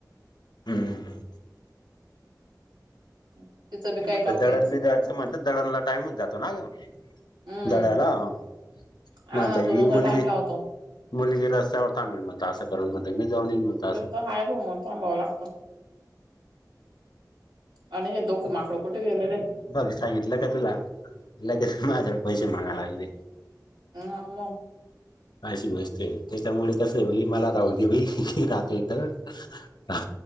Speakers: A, on the left; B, on the right.
A: हम्म.
B: <inaudible>
A: मी म्हटलं,
B: डॉक्युमेंट्स
A: दळण बी दळायच म्हणत दळणला टाइम होऊन जातो ना ग.
B: हम्म
A: दड्याला, <unintelligible>
B: हा
A: म आता
B: ना
A: ही
B: तो नुसार
A: मुलगी.
B: टाइम लावतो
A: मुलगी रस्त्यावर थांबेल, म्हणत असं करून म्हण मी जाऊन येईल, म्हणता.
B: ते तर हाय भो, म थांबावं लागत. आणि हे दोख माकडं कुठ गेलेलेत?
A: बघ <unintelligible> सांगितलं का तुला? लगेच माझ्याक् पैशे मागायला आलेले.
B: मऊ मऊ.
A: अशी गोष्टय, त्याच्यामुळे कस बाई, मला राहू देई बाई, राह ते कारण हः हः